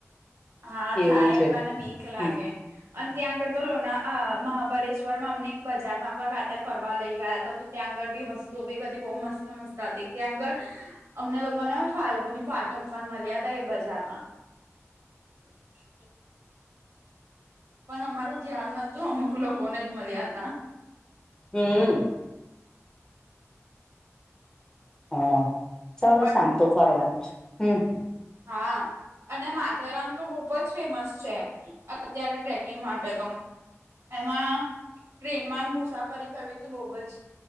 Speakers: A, on the right; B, on the left.
A: હા
B: એવું
A: થાય
B: છે
A: આપડાને બીક લાગે.
B: હમ
A: અને ત્યાં આગળ તો લોના આ મહાબલેશ્વરમાં અમને એક બજારમાં પણ રાતે ફરવા લઈ ગયા તો. ત્યાં આગળ બી વસ્તુઓ બી બધી બહુ મસ્ત-મસ્ત હતી. ત્યાં આગળ અમને લોકોને ફાલ્ગુની પાઠક પણ મળ્યા તા એ બજારમાં. <inaudible> પણ અમારું ધ્યાન નતું. અમુક લોકોને જ મળ્યા તા.
B: હમ હા સરસ
A: પછી
B: આમ તો ફરવાનું છે, હમ.
A: હા અને માથેરામ તો બહુ જ ફેમસ છે. અત્યારે ટ્રેકિંગ માટે તો. એમાં ટ્રેનમાં મુસાફરી કરવી તો બહુ જ